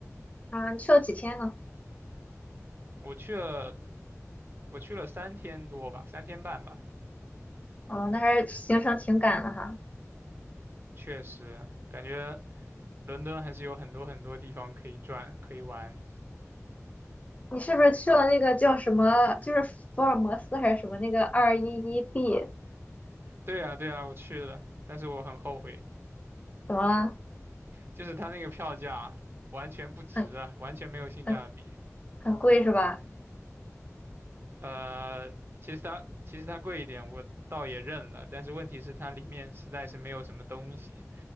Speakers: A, on the left; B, on the right.
A: 啊，你去了几天呢？
B: 我去了，我去了三天多吧，三天半吧，
A: 哦，那还是行程挺赶的哈。
B: 确实感觉伦敦还是有很多很多地方可以转，可以玩。
A: 你是不是去了那个叫什么，就是福尔摩斯还是什么那个二一一 B？
B: 对呀，对呀，我去了，但是我很后悔，
A: 怎么了？
B: 就是他那个票价完全不值啊，
A: 很
B: 完全没有性价比。
A: 很很贵是吧？
B: 呃，其实它其实它贵一点，我倒也认了。但是问题是它里面实在是没有什么东西，